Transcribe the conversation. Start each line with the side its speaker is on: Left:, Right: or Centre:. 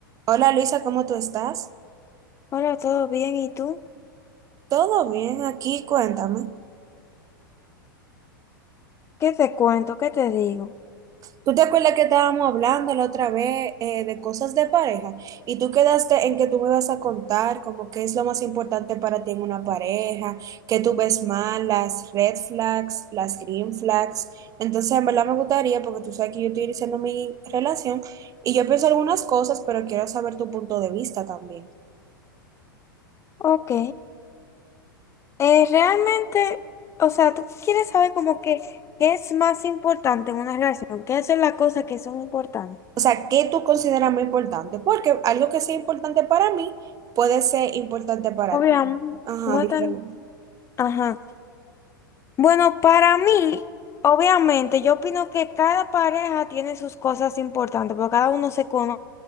Right: Hola Luisa, ¿cómo tú estás?
Left: Hola, ¿todo bien? ¿Y tú?
Right: Todo bien aquí, cuéntame.
Left: ¿Qué te cuento? ¿Qué te digo?
Right: ¿Tú te acuerdas que estábamos hablando la otra vez eh, de cosas de pareja? Y tú quedaste en que tú me vas a contar como qué es lo más importante para ti en una pareja, qué tú ves mal, las red flags, las green flags. Entonces, en verdad me gustaría, porque tú sabes que yo estoy iniciando mi relación y yo pienso algunas cosas, pero quiero saber tu punto de vista también.
Left: Ok. Eh, realmente, o sea, tú quieres saber como que qué es más importante en una relación, qué son las cosas que son importantes.
Right: O sea, ¿qué tú consideras muy importante? Porque algo que sea importante para mí puede ser importante para
Left: Obviamente,
Right: ti. Ajá,
Left: no
Right: diferente.
Left: tan... Ajá. Bueno, para mí, obviamente, yo opino que cada pareja tiene sus cosas importantes, porque cada uno se conoce